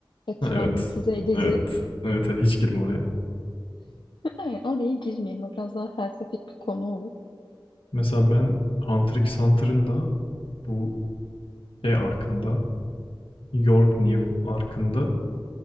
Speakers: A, on the left; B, on the left.
A: ve
B: Ha,
A: travmatize
B: evet.
A: edici.
B: Evet. Evet, evet hiç girme oraya.
A: Hayır, oraya girmeyelim. O biraz daha felsefik bir konu olur.
B: Mesela ben Hunter x Hunter'ın da bu şey arkında York New arkında